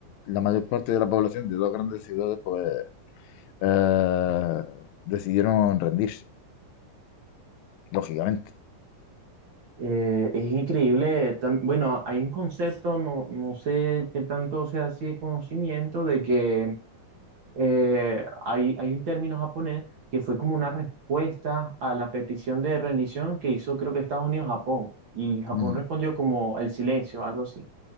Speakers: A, on the left (about 80°); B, on the right (about 50°).
A: la mayor parte de la población de dos grandes ciudades, pues eh, decidieron rendirse, lógicamente.
B: Eh, es increíble, tam- bueno, hay un concepto, no, no sé qué tanto sea así de conocimiento, de que eh, hay, hay un término japonés que fue como una respuesta a la petición de rendición que hizo creo que Estados Unidos a Japón. Y Japón
A: Ujú.
B: respondió como el silencio, algo así.